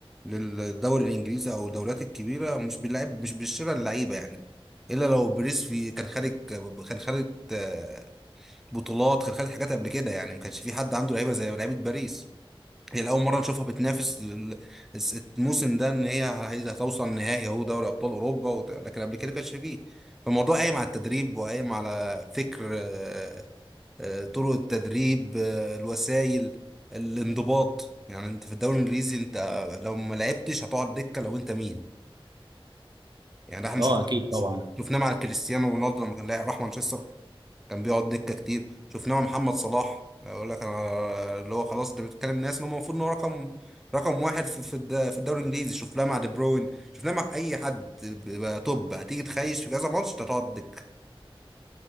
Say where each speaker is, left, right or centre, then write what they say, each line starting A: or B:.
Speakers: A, in the centre; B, on the right.
A: للدوري الإنجليزي أو الدوريات الكبيرة مش باللعب مش بالشراء اللعيبة يعني إلا لو بريسفي كان خارج كان خارج آه، بطولات كان خارج حاجات قبل كده يعني ما كانش في حد عنده لعيبة زي لعيبة باريس هي لأول مرة نشوفها بتنافس ال- الس- الموسم ده إن هي هي- هتوصل نهائي أهو دوري أبطال أوروبا وت- لكن قبل كده كانش فيه فالموضوع قايم على التدريب وقايم على فكر آه، آه، طرق التدريب آه، الوسائل الانضباط يعني أنت في الدوري الإنجليزي أنت لو ما لعبتش هتقعد دكة لو أنت مين يعني ده إحنا
B: اه
A: شفناه
B: اكيد طبعا.
A: شفناه مع كريستيانو رونالدو لما كان لاعب راح مانشستر كان بيقعد دكه كتير شفناه مع محمد صلاح اقول لك انا اللي هو خلاص انت بتتكلم ناس ما هو المفروض ان هو رقم رقم واحد في في الد- في الدوري الانجليزي شفناه مع دي بروين شفناه مع اي حد بيبقى توب هتيجي تخيش في كذا ماتش أنت هتقعد دكه